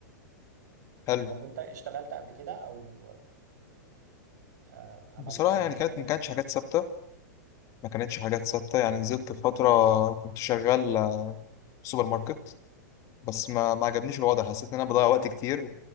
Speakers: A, on the left; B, on the right.
A: حلو
B: طب وانت اشتغلت قبل كده او آه عملت
A: بصراحة
B: اي
A: يعني
B: حاجة
A: كانت
B: يعني
A: ما كانتش حاجات ثابتة ما كانتش حاجات ثابتة يعني نزلت فترة كنت شغال في سوبر ماركت بس ما ما عجبنيش الوضع حسيت ان انا بضيع وقت كتير